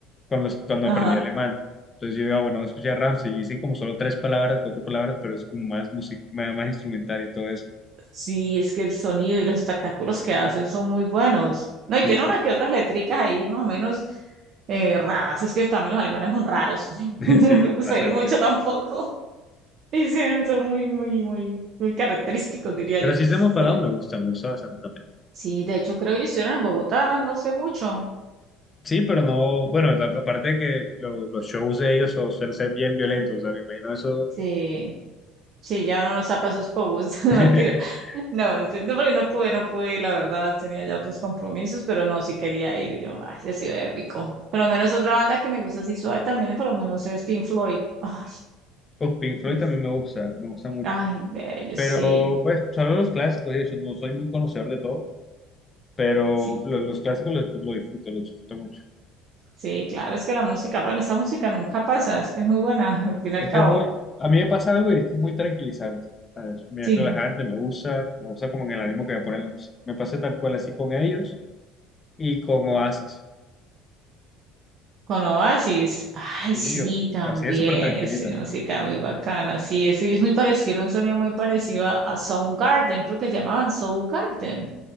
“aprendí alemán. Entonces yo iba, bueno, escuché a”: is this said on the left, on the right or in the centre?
Left